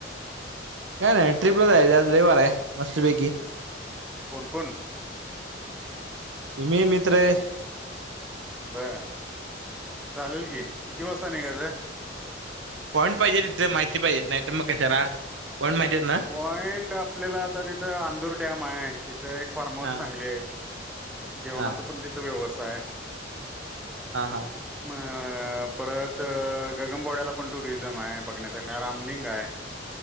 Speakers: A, on the right; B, in the centre.
A: काय नाही, ट्रिपला जायचं आज रवीवार ये मस्त पैकी.
B: कोण-कोण?
A: तुम्ही मित्रेय
B: बरं, चालेल की, किती वाजता निघायचं?
A: पॉईंट पाहिजे तिथं, माहिती पाहिजे नाय त मग कशाला? पॉईंट माहितिये ना?
B: पॉइंट आपल्याला आता तिथं, आंदूर डॅम आहे, तिथं एक फार्म हाऊस
A: हा
B: चांगली आहे. जेवणाचा
A: हा
B: पण तिथ व्यवस्थाये.
A: हा हा.
B: म अ परत गगन बोड्याला पण टुरिझम हाय बघण्यासाठी, रामलिंग हाय.